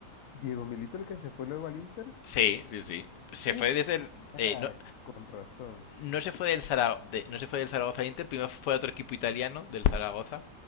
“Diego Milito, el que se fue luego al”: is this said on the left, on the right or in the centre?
Left